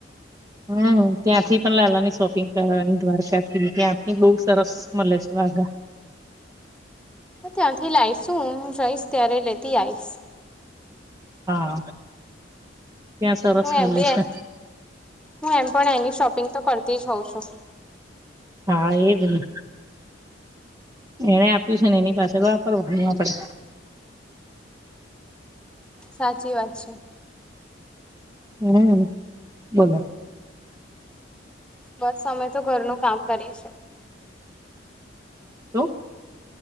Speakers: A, on the right; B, in the centre.
A: હમ ત્યાંથી પણ લાલાની સોપી ની દ્વારકાથી ત્યાંથી બહ સરસ મળે છે વાઘા
B: ત્યાંથી લઈશું હું જઈશ ત્યારે લેતી આઈશ
A: હા ત્યાં સરસ
B: હું એમ
A: મળે
B: બી
A: છે
B: એ, હું એમ પણ એની શોપિંગ તો કરતી જ હોઉં <unintelligible>
A: હા, એજ ને. એને આપ્યું છે ને એની પાસે વાપરવાનું આપડે.
B: સાચી વાત છે.
A: હમ, બોલો.
B: બસ અમે તો ઘરનું કામ કરીએ છીએ.
A: શું?